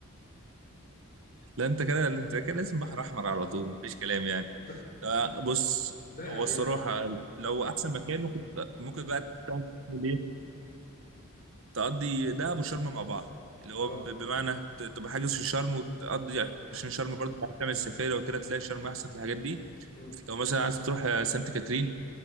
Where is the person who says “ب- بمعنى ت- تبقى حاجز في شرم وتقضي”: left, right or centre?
Right